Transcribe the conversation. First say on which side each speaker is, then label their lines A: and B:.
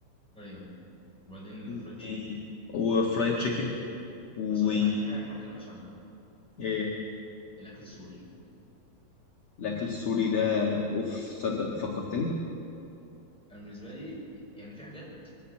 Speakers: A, in the centre; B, on the left.
A: ايوه وبعدين الفرايد
B: مم.
A: تشيكن
B: إيه، وفرايد تشيكن و
A: بس اقول لك حاجة، في حاجه احنا ما اتكلمناش عنها بقى
B: إيه،
A: الاكل السوري
B: الأكل السوري ده أوف صدق فكرتني
A: انا بالنسبه لي يعني في حاجات